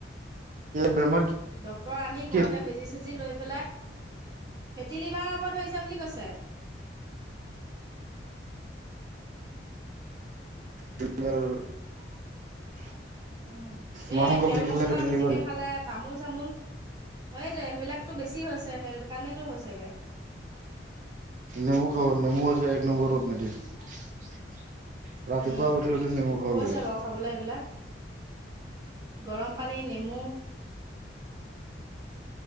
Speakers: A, on the right (about 45°); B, on the right (about 20°).
A: এই বেমাৰ
B: ডক্তৰ আনি
A: কি
B: ঘৰতে বেজি চেজি লৈ <unintelligible> ফেটি লিভাৰ <unintelligible> ধৰিছে বুলি কৈছে
A: <inaudible>
B: উম
A: মাংস
B: এই তেল
A: বেছি খালে
B: মছলা
A: ফেটি
B: বেছিকে
A: লিভাৰ হয়।
B: খালে তামোল চামোল সেইটোয়ে সেইবিলাক <unintelligible> বেছি হৈছে সেইটো কাৰণেটো হৈছেগে
A: নেমু খাব নেমু হৈছে এক নম্বৰ <unintelligible> ৰাতিপুৱা
B: উম
A: উঠি উঠি নেমু খাব
B: কৈছে
A: লাগিব।
B: বাৰু খাবলৈ এইবিলাক গৰম পানী নেমু